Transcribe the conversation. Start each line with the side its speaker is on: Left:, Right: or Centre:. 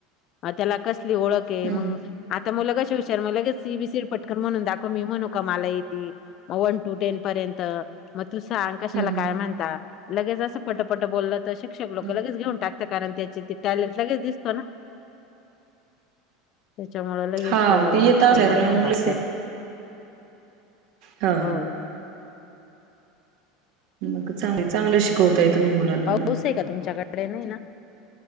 Left: त्याला कसली ओळख
Right: हम्म
Left: मग आता मुलं कशे. आती हुशार ए बी सी डी पटकन म्हणून दाखव मी म्हणू का मला येती वन टू टेन पर्यंत म.... तू सांग कशाला
Right: हम्म
Left: काय म्हणता लगेच असं पटपट बोलल तर शिक्षक लोक
Right: हम्म
Left: लगेच घेऊन टाक. कारण त्याची ते टॅलेंट लगेच दिसतो ना. त्याच्यामुंळ लगेच
Right: हा मग येत
Left: पटकन
Right: आल्याला
Left: करून घेऊन
Right: मग
Left: टाकतात.
Right: हा.
Left: हो
Right: मग चांगले चांगले शिकवताय तुम्ही मुलांना
Left: पाऊस
Right: मग
Left: आहे का तुमच्याकडे.? डे नाही ना?